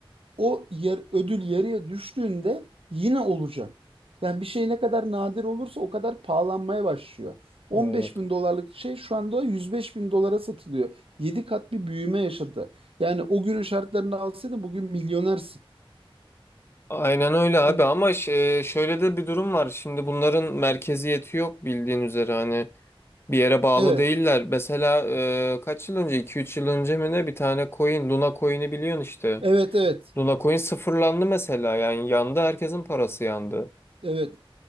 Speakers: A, on the right (about 75°); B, on the left (about 25°).
A: o yer, ödül yarıya düştüğünde yine olacak. Yani bir şey ne kadar nadir olursa o kadar pahalanmaya başlıyor. 15
B: Evet.
A: bin dolarlık şey şu anda 105 bin dolara satılıyor. 7 kat bir büyüme yaşadı. Yani o günün şartlarını alsaydın bugün milyonersin.
B: Aynen öyle abi
A: O,
B: ama ş- e, şöyle de bir durum var. Şimdi bunların merkeziyeti yok bildiğin üzere hani bir yere bağlı
A: evet,
B: değiller. Mesela e, kaç yıl önce iki üç yıl önce mi ne bir tane coin Luna coin'i biliyorsun işte.
A: evet, evet,
B: Luna coin sıfırlandı mesela yani yandı herkesin parası yandı.
A: evet.